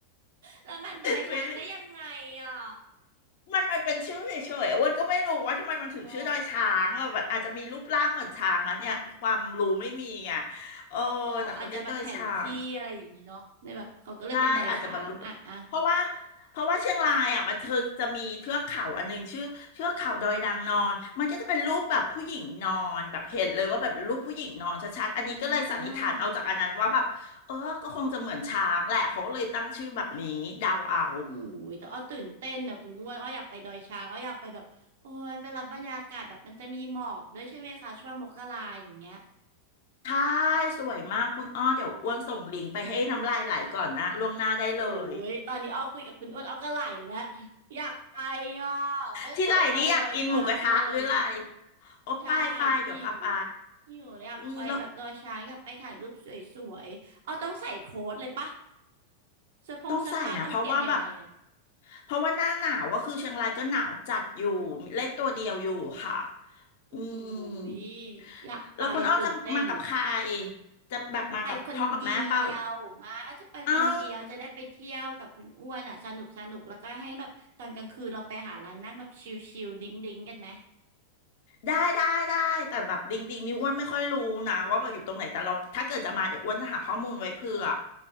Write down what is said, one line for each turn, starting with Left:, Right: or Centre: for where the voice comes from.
Right: แล้วมันดอยช้างได้ยังไงอ่ะ
Left: เฮ้ยมันมันเป็นชื่อเฉยๆอ้วนก็ไม่รู้ว่าทำไมมันถึงชื่อดอยช้างอะแบบอาจจะมีรูปร่างเหมือนช้างมาเนี่ยความรู้ไม่มีไง
Right: อ๋อ
Left: เออแต่เขาเรียกดอยช้าง
Right: อ๋ออาจจะแบบแผนที่อะไรอย่างนี้เนาะในแบบเขาก็เลยเป็นดอยช้างอ่ะอ่ะ
Left: ใช่อาจจะแบบรูปเพราะว่าเพราะว่าเชียงรายอ่ะมันเธอจะมีเทือกเขาอันหนึงชื่อเทือกเขาดอยนางนอนมันก็จะเป็นรูปแบบผู้หญิงนอนแบบเห็นเลยว่าแบบรูปผู้หญิงนอนชัดๆอันนี้ก็เลยสันนิษฐานเอาจากอันนั้นว่าแบบเออก็คงจะเหมือนช้างแหละเขาก็เลยตั้งชื่อแบบนี้เดาเอา
Right: อืม โอ้ยแต่อ้อตื่นเต้นนะคุณอ้วนอ้ออยากไปดอยช้างอ้ออยากไปแบบโอ้ยไปรับบรรยากาศแบบมันจะมีหมอกด้วยใช่ไหมคะช่วงมกราอย่างเงี้ย
Left: ใช่สวยมากคุณอ้อเดี๋ยวอ้วนส่งลิงก์ไปให้น้ำลายไหลก่อนนะล่วงหน้าได้เลย
Right: โอ้ยตอนนี้อ้อคุยกับคุณอ้วนอ้อก็ไหลแล้วอยากไปอ่ะไม่เคยไปดอยช้างเลย
Left: ที่ไหลนี้อยากกินหมูกระทะหรืออะไรโอ้ไปไปเดี๋ยวพาไป
Right: ใช่หิวหิวอยากไปแบบดอยช้างอยากไปถ่ายรูปสวยๆอ้อต้องใส่โค้ทเลยปะ
Left: อืมแล้ว
Right: เสื้อผงเสื้อผ้าต้องเตรียมยังไงอะ
Left: ต้องใส่นะเพราะว่าแบบเพราะว่าหน้าหนาวก็คือเชียงรายก็หนาวจัดอยู่เล็กตัวเดียวอยู่ค่ะ
Right: โอ้
Left: อืม
Right: ยอยากไปอย่าตื่นเต้น
Left: แล้วคุณอ้อจะมากับใครจะแบบมากับพ่อกับแม่เปล่า
Right: ไปคนเดียวมาก็จะไปคนเดียวจะได้ไปเที่ยวกับคุณอ้วนอ่ะสนุกสนุกแล้วก็ให้แบบตอนกลางคืนเราไปหาร้านนั่งแบบชิลๆดิ้งดิ้งกันไหม
Left: เอ้า ได้ได้ได้แต่แบบดิงดิงนี่อ้วนไม่ค่อยรู้นะว่าแบบอยู่ตรงไหนแต่เราถ้าเกิดจะมาเดี๋ยวอ้วนจะหาข้อมูลไว้เผื่อ